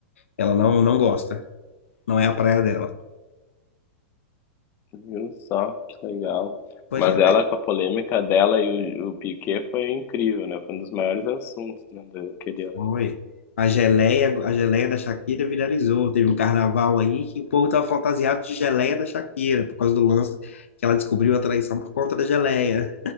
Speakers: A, on the left; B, on the left.
A: Ela não, não gosta. Não é a praia dela.
B: viu só, que legal.
A: Pois
B: Mas
A: é,
B: ela com a polêmica dela e o, o Piquet foi incrível, né? Foi um dos maiores assuntos, né, daquele ano.
A: foi. A geleia, a geleia da Shakira viralizou. Teve um carnaval aí que o povo estava fantasiado de geleia da Shakira, por causa do lance que ela descobriu a traição por conta da geleia.